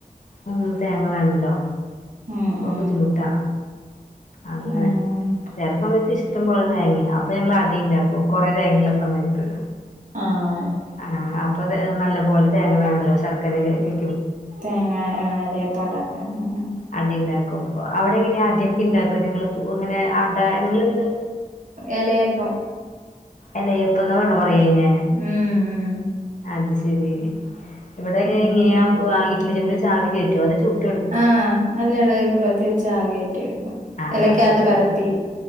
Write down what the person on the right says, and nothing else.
ഉം ഉം
ഉം
ആഹ്
തേങ്ങാ ആഹ് എലായപ്പം ഒണ്ടാക്കാന് ഉം ഉം
എലയപ്പം
ഉം ഉം
ഉം
ആഹാ <unintelligible> വെച്ച് ആവി കേറ്റി എടുക്കും
ഇലക്ക്യാത്ത്
പരത്തി